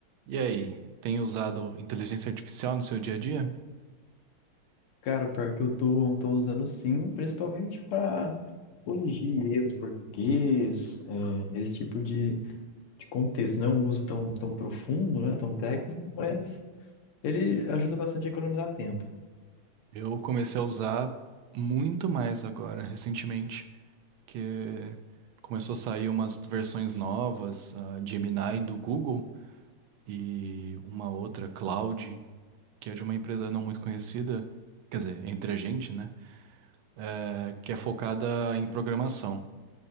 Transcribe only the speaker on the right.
E aí, tem usado inteligência artificial no seu dia a dia?
Eu comecei a usar muito mais agora, recentemente, porque começou a sair umas versõões novas, a Gemini do Google e uma outra, Cloud, que é de uma empresa não muito conhecida, quer dizer, entre a gente, né? É, que é focada em programação.